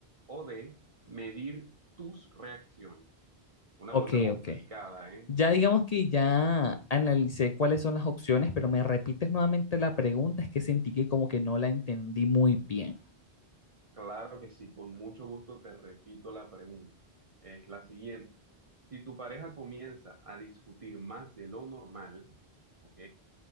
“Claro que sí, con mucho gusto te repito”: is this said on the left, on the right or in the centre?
Right